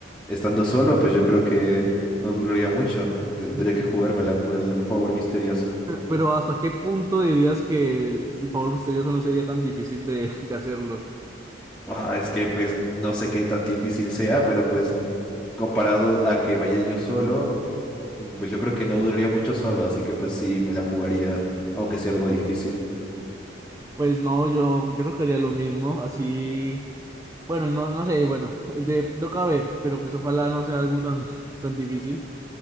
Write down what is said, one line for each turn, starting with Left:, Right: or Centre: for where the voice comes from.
Centre: estando solo, pues yo creo que no duraría mucho, tendré
Right: <laughs>
Centre: que jugármela por el favor misterioso.
Right: Pero ¿hasta qué punto dirías que el, el favor misterioso no sería tan difícil de, <laughs> de hacerlo?
Centre: Ah, es que pues no sé qué tan difícil sea, pero pues comparado a que vaya yo solo, mm, pues yo creo que no duraría mucho solo, así que pues sí me la jugaría, aunque sea algo difícil.
Right: Pues no, yo, yo creo que haría lo mismo, así Bueno, no, no sé, bueno, <laughs> el de toca ver, pero pues ojalá no sea algo tan, tan difícil.